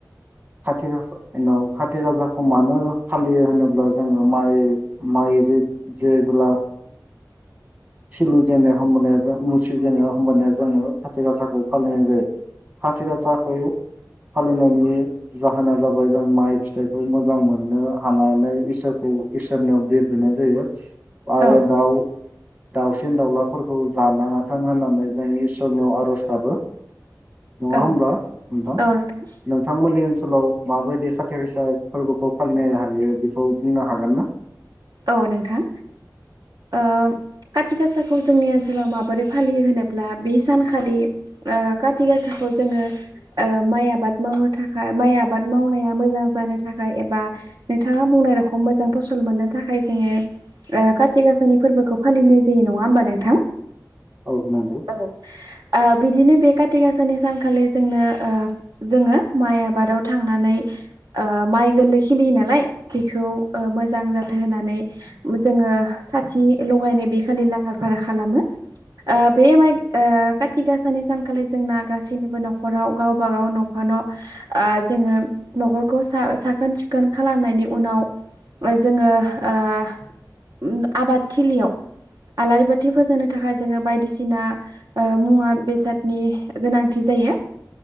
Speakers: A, on the right; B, on the right.
A: खाथि गासा उनाव खाति गाजाखौ मानो फालियो होनोब्ला जोङो माइ माइ जे जेबोब्ला खिलि जेननो होमबानिया जों मुसिजेननायाव हबानिया जोङो खाथि गासाखौ फालिनाय जायो खाथि गासाखौ फालिनायनि जाहोना जाबाय जों माइ फिथाइखौ मोजां मोननो हानानै इसोरखौ इसोरनियाव बोर बिनाय जायो। आरो
B: औ
A: दाउ दाउसिन दाउलाफोर जानाङाथों होननानै जों इसोरनियाव आर'ज गाबो नङा
B: औ
A: होमबा नोंथां
B: औ नोंथां
A: नोंथांमोननि ओनसो ओनसोलाव माबायदि सथि गासा फोरबोखौ फालिनो हायो बेखौ बुंनो हागोन ना?
B: औ नोंथां ओ काथि गासाखौ जोंनि ओनसोलाव माबोरै फालियो होनोब्ला बे सानखालि ओ खााथि गासाखौ जोङो माइ आबाद मावनो थाखाय माइ आबाद मावनाया मोजां जानो थाखाय एबा नोंथाङा बुंनाय रखम मोजां फसल मोननो थाखाय जोङो ओ खाथि गसा'नि फोरबोखौ फालिनाय जायो नङा होमबा नोंथां।
A: औ नंगौ
B: औ ओ बिदिनो बे खाथि गासानि सानखालि जोंनो ओ जोङो माय आ बाराव थांनानै ओ माइ गोरलै खिलि नालाय बिखौ ओ मोजां जाथ होनानै जोङो साथि लगायनाय बे खालि लाहार फाहार खालामो ओब बे माइ ओ काथि गासानि सानखालि जोंना गासैनिबो न'खराव गावबा गाव न'फा न' जोङो न'खरखौ सा साखोन सिखोन खालामनायनि उनाव ओ जोङो। ओ ओम आबादथिलियाव आलारि बाथि फोजोंनो थाखाय जोङो बायदिसिना ओ मुवा बेसादनि गोनांथि जायो